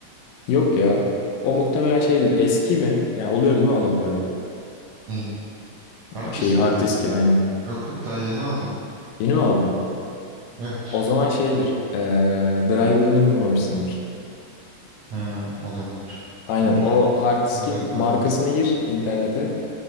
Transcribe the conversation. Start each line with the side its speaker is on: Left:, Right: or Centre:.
Left: Yok ya. O muhtemelen şeydir. Eski mi? Ya oluyor değil mi alalı bayağı?
Right: Neyi? Hard
Left: Şeyi
Right: diski
Left: hard
Right: mi?
Left: diski aynen.
Right: Yok yok daha yeni aldım.
Left: Yeni mi aldın?
Right: Evet.
Left: O zaman şeydir. Ee, driver'ını kurmamışsındır.
Right: Ha, olabilir.
Left: Aynen.
Right: Onu
Left: O hard diskin
Right: onu da kuralım.
Left: markasını gir internete.